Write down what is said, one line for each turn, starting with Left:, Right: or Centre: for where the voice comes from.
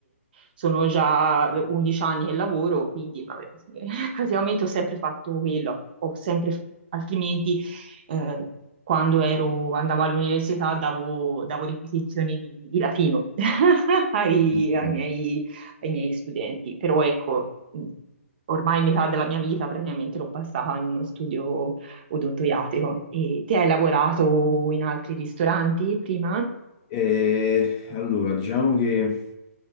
Right: sono già 11 anni che lavoro, quindi vabbè, <laughs> praticamente ho sempre fatto quello, ho sempre, altrimenti eh, quando ero- andavo all'università davo, davo ripetizioni di, di latino <laughs> ai,
Left: ok.
Right: ai miei, ai miei studenti, però ecco, ormai metà della mia vita praticamente l'ho passata in uno studio odontoiatrico. E te hai lavorato in altri ristoranti prima?
Left: E allora, diciamo che